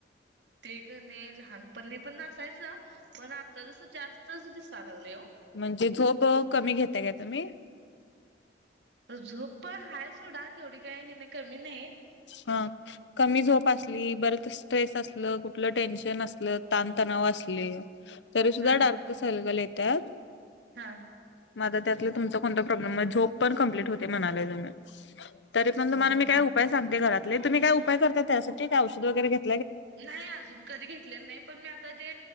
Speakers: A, on the right; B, on the left.
A: ते कणी लहानपणी पण असायचं पण आता जसं जास्तच दिसायला लागलंय हो.
B: म्हणजे झोप कमी घेताय का तुम्ही?
A: झोप पण हाय सोडा तेवढी काय हे नाही कमी नाही.
B: हा कमी झोप असली बरच स्ट्रेस असलं कुठलं टेन्शन असलं ताणतणाव असले. तरी सुद्धा
A: हा
B: डार्क सलकल येत्यात.
A: हा
B: मग आता त्यातला तुमचा कोणता प्रॉब्लेम आहे झोप पण कम्प्लीट होते म्हणालाय तुम्ही. तरी पण
A: होय.
B: तुम्हाला मी काही उपाय सांगते घरातले तुम्ही काय उपाय करता त्यासाठी का औषध वगैरे घेत.
A: नाही अजून कधी घेतलेलं नाही पण मी आता जे